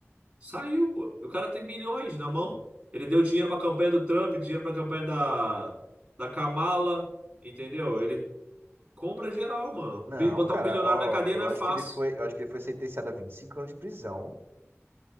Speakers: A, on the right (about 25°); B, on the right (about 50°).
A: Saiu, pô. O cara tem bilhões na mão. Ele deu dinheiro pra campanha do Trump, dinheiro pra campanha da, da Kamala, entendeu? Ele compra geral, mano.
B: Não,
A: Um bi- Botar
B: cara,
A: um bilionário
B: ó,
A: na cadeia
B: eu
A: não é
B: acho
A: fácil.
B: que ele foi, eu acho que ele foi sentenciado a 25 anos de prisão.